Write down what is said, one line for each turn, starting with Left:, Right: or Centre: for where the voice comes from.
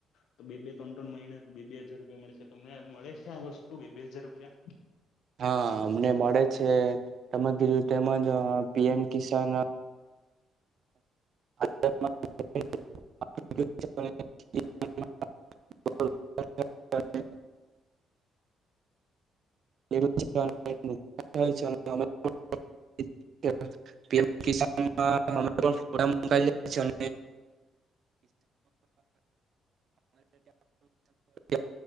Left: તો બે - બે, ત્રણ- ત્રણ મહિને બે - બે હાજાર રૂપિયા મળે છે. તમને મળે છે આ વસ્તુ બે - બે હજાર રૂપિયા?
Right: હા અમને મળે છે. તમે કીધું તેમજ પીએમ કિસાન <unintelligible> <inaudible> <unintelligible> <unintelligible> પીએમ કિસાનમાં <unintelligible> <unintelligible>